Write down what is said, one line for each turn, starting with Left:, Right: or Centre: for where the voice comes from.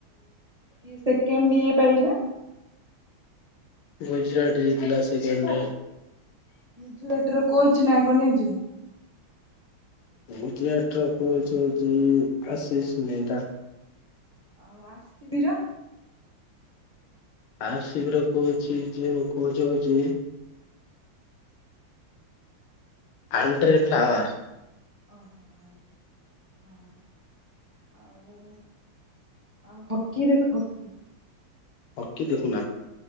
Right: କିଏ ସେକେଣ୍ଡ ଇଏ ପାଇଲା
Left: ଗୁଜୁରାଟ ଜିତିଲା ସେକେଣ୍ଡରେ
Right: ଗୁଜୁରାଟର କୋଚ୍ ନାଁ କଣ ଜାଣିଛନ୍ତି?
Left: ଗୁଜୁରାଟର କୋଚ୍ ହଉଛି ଆଶିଷ ମେହେତା।
Right: ଆଉ ଆର୍ ସି ବି ର।
Left: ଆର୍ ଶି ବି ର କୋଚ୍ ହଉଛି ଯେ କୋଚ୍ ହଉଛି ଆଣଟ୍ରେ ଫ୍ଲାୱାର।
Right: ଓହୋ। ଆଉ ଆଉ ହକି ଦେଖ ହକି।
Left: ହକି ଦେଖୁନା